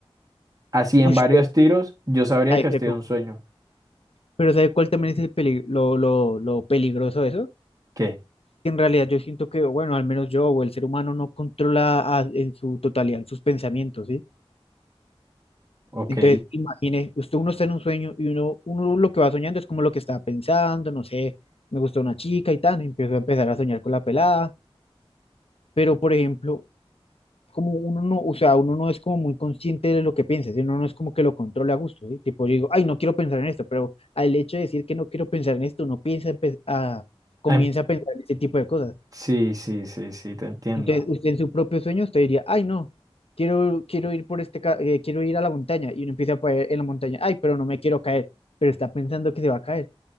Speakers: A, on the right; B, on the left.
A: Así en
B: Uy,
A: varios
B: pero,
A: tiros, yo sabría
B: ahí
A: que
B: está
A: estoy
B: como-
A: en un sueño.
B: Pero ¿sabe cuál también es el peli- lo, lo, lo peligroso de eso?
A: ¿Qué?
B: En realidad yo siento que, bueno, al menos yo o el ser humano no controla a- en su totalidad sus pensamientos, ¿sí?
A: Ok.
B: Entonces, imagine, usted uno está en un sueño y uno, uno lo que va soñando es como lo que estaba pensando, no sé, me gustó una chica y tal, empiezo a empezar a soñar con la pelada, pero por ejemplo, como uno no, o sea, uno no es como muy consciente de lo que piensa, ¿sí? Uno no es como que lo controle a gusto, ¿sí? Tipo, yo digo, ay, no quiero pensar en esto, pero al hecho de decir que no quiero pensar en esto, uno piensa, empe- a- comienza
A: Ah,
B: a pensar en ese tipo de cosas.
A: Sí, sí, sí, sí, te entiendo.
B: Entonces, usted en su propio sueño, usted diría, ay, no, quiero, quiero ir por este, ca- eh, quiero ir a la montaña. Y uno empieza a caer en la montaña, ay, pero no me quiero caer, pero está pensando que se va a caer.